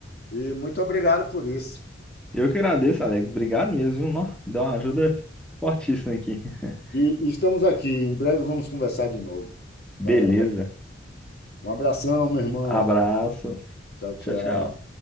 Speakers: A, on the left; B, in the centre.
A: E muito obrigado por isso.
B: Eu que agradeço, Alex. Obrigado mesmo, viu? Nó, Deu uma ajuda fortíssima aqui. <laughs>
A: E estamos aqui. Em breve vamos conversar de novo.
B: Beleza.
A: Valeu? Um abração, meu irmão.
B: Abraço.
A: Tchau, tchau.
B: Tchau, tchau.